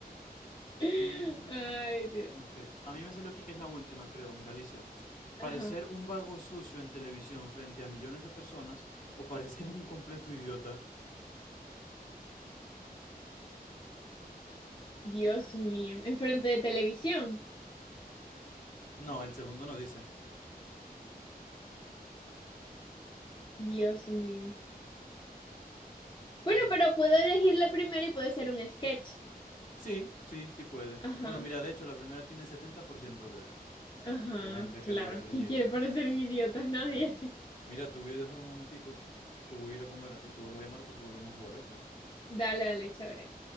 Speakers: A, on the left (about 30°); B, on the left (about 55°).
A: <laughs>
B: Mm,
A: Ay, Dios.
B: Ok. A mí me salió aquí que es la última, creo. Mira, dice,
A: Ajá.
B: parecer un vago sucio en televisión frente a millones de personas o parecer un completo idiota.
A: Dios mío, enfrente de televisión.
B: No, el segundo no dice.
A: Dios mío. Bueno,
B: Eh,
A: pero puedo elegir la primera y puede ser un sketch.
B: sí, sí, sí puede.
A: Ajá,
B: Bueno, mira, de hecho, la primera tiene 70% de,
A: ajá,
B: de gente
A: claro.
B: que lo ha elegido.
A: ¿Quién quiere parecer un idiota? Nadie.
B: Mi arma.
A: <laughs>
B: Mira, te voy a dejar un momentico que voy a ir a comer y te vuelvo a llamar para que volvamos a jugar, ¿oíste?
A: Dale, dale, chévere.